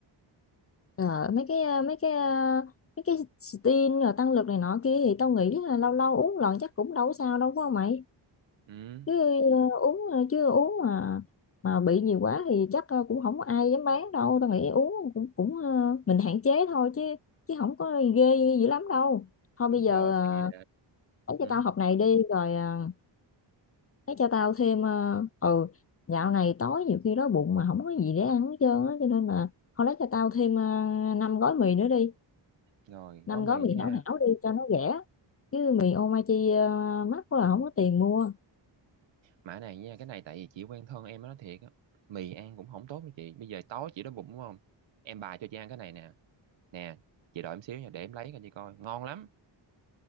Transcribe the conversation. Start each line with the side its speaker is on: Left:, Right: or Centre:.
Left: Ờ, mấy cái ờ, mấy cái ờ, mấy cái steam rồi tăng lực này nọ kia thì tao nghĩ là lâu lâu uống lần chắc cũng đâu có sao đâu phải không mày
Right: ừ
Left: chứ ờ, uống ờ, chứ uống mà mà bị nhiều quá thì chắc ờ, cũng không có ai dám bán đâu tao nghĩ uống cũng cũng ờ, mình hạn chế thôi chứ chứ không có ghê dữ lắm đâu thôi
Right: đúng
Left: bây giờ
Right: rồi
Left: ờ,
Right: thì à,
Left: lấy
Right: ừ
Left: cho tao hộp này đi rồi ờ, lấy cho tao thêm ờ, ừ dạo này tối nhiều khi đói bụng mà không có gì để ăn hết trơn á cho nên là thôi lấy cho tao thêm uh, 5 gói mì nữa đi
Right: rồi
Left: năm
Right: gói mì
Left: gói mì
Right: ha
Left: hảo hảo đi cho nó rẻ chứ mì Omachi ờ, mắc quá là không có tiền mua
Right: Mã này nha, cái này tại vì chị quen thân em nó thiệt á. Mì ăn cũng không tốt đâu chị. Bây giờ tối chị đói bụng đúng không? Em bà cho chị ăn cái này nè. Nè, chị đợi em xíu nha, để em lấy cho chị coi. Ngon lắm.